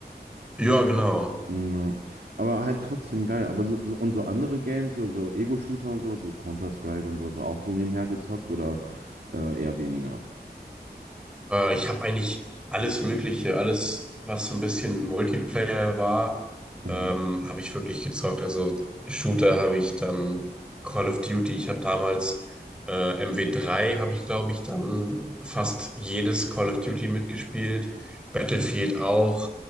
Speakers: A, in the centre; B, on the right.
A: Ja, genau.
B: Mm, Ja. Aber halt trotzdem geil. Aber so, so, und so andere Games, so, so Ego-Shooter und sowas, wie Counter-Strike und sowas, auch so nebenher gezockt oder äh, eher weniger?
A: Äh, ich habe eigentlich alles Mögliche, alles, was so ein bisschen Multiplayer war, ähm,
B: Mhm.
A: habe ich wirklich gezockt. Also Shooter habe ich dann Call of Duty, ich habe damals äh, mw drei, habe ich, glaube ich, dann fast jedes Call of Duty mitgespielt. Battlefield
B: Ja.
A: auch.